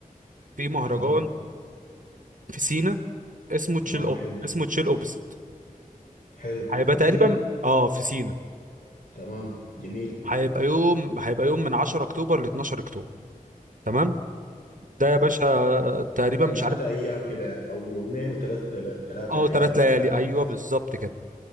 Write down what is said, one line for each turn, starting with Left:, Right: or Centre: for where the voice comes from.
Right: في مهرجان
Left: تمام
Right: في سينا اسمه
Left: تمام
Right: تشيل أوب
Left: حلو
Right: اسمه تشيل اوبسيت
Left: حلو
Right: هيبقى
Left: في
Right: تقريبا
Left: سينا
Right: اه في سينا
Left: تمام جميل
Right: هيبقى يوم هيبقى يوم من 10 اكتوبر ل 12 اكتوبر تمام ده يا باشا تقريبا
Left: ثلاثة
Right: مش عارف
Left: ايام كده يعني او يومين وثلاث ثلاثة
Right: اه
Left: ليالي
Right: ثلاث ليالي
Left: او حاجه
Right: ايوه
Left: كده صح
Right: بالظبط كده